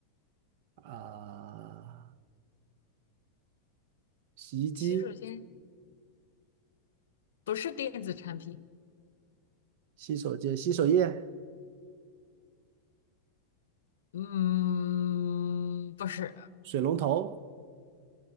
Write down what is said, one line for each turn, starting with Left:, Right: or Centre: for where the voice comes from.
Right: 啊，洗衣机、
Left: 洗手间不是电子产品，
Right: 洗手间、洗手液、
Left: 嗯，不是，
Right: 水龙头